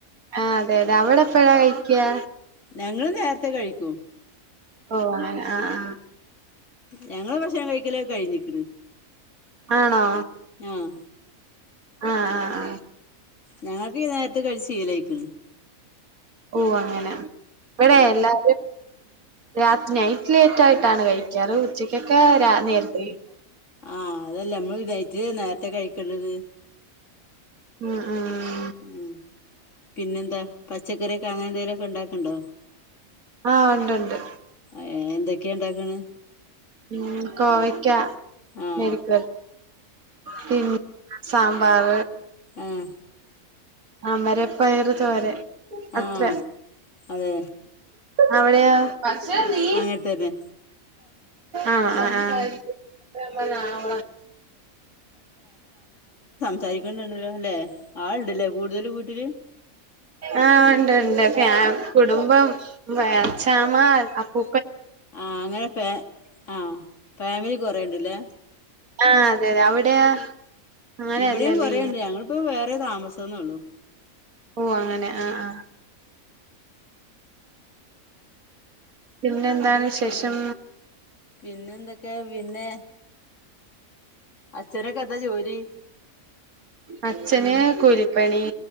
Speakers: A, on the right; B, on the left.
A: ആഹ് അതെ അതെ അവടെ എപ്പഴാ കഴിക്ക്യാ?
B: ഞങ്ങള് നേര്ത്തെ കഴിക്കും
A: ഓഹ് അങ്ങനെ ആഹ് ആഹ്
B: ഞങ്ങള് ഭക്ഷണം കഴിക്കലൊക്കെ കഴിഞ്ഞിക്ക്ണ്
A: ആണോ
B: ആഹ്
A: ആഹ് ആഹ് ആഹ്
B: ഞങ്ങക്ക് ഈ നേര്ത്ത് കഴിച്ച് ശീലായ്ക്ക്ണ്
A: ഓഹ് അങ്ങനെ ഇവ്ടെ എല്ലാ രാത്രി നൈറ്റ് ലേറ്റായ്ട്ടാണ് കഴിക്കാ അത് ഉച്ചക്കെത്തെ രാ നേര്ത്തെഴിക്കും
B: ആഹ് അതല്ല അമ്മള് നൈട്ട്ല് നേര്ത്തെ കയ്ക്കണ്ടത്
A: ആഹ് ആഹ്
B: ഉം പിന്നെന്താ പച്ചക്കറിയൊക്കെ അങ്ങനെ എന്തേലാെക്കെണ്ടാക്ക്ണ്ടോ?
A: ആഹ് ഉണ്ട് ഉണ്ട്
B: ഏ എന്തൊക്കെയാ ഉണ്ടാക്കണ്
A: ഉ കോവക്കിക്ക
B: ആഹ്
A: പി സാമ്പാർ
B: ആഹ
A: ആ മരപ്പയറ് തോരൻ അത്ര
B: ആഹ് അതെ
A: അവിടെയാ അസ നീ
B: അങ്ങനെ തന്നെ
A: ആഹ ആ ആഹ
B: സഹക്കണ്ടണ്ടല്ലോ അല്ലെ ആളുണ്ടല്ലേ കൂടുതല് വീട്ടില്
A: ആ് ഉണ്ട്ണ്ട് കുടുംബം അച്ചാമ്മ അപ്പൂ
B: ആഹ അങ്ങനെ പേ ആഹ ഫാമിലി കൊറേണ്ട്ല്ലേ
A: ആഹ അതെതെ അവിടെയാ അങ്ങനെയല്ലല്ലേ
B: ഇവിടെയും കുറേുണ്ട് ഞങ്ങളിപ്പോ വേറെ താമസംന്നേള്ളു
A: ഓ അങ്ങനെ ആഹ ആഹ പിന്നെ എന്താണ് ശേഷം
B: പിന്നെ എന്തൊക്കെ പിന്നെ അഛനൊക്കെ എന്താ ജോലി
A: അച്ഛനേ കോലിട്ട പണി